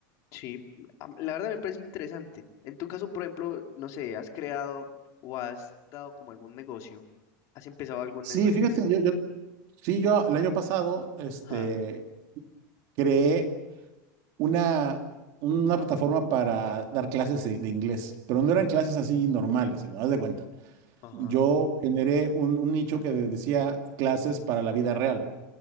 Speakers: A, on the left (about 35°); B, on the right (about 35°).
A: Sí, am- la verdad me parece interesante. En tu caso, por ejemplo, no sé, ¿has creado o has dado como algún negocio? ¿Has empezado algún
B: Sí,
A: negocio
B: fíjate,
A: que...
B: yo, yo, sí, yo el año pasado, este,
A: Ah,
B: creé una, una plataforma para dar clases de, de inglés, pero no eran clases así normales, sino, haz de cuenta.
A: ajá.
B: Yo generé un, un nicho que de- decía clases para la vida real.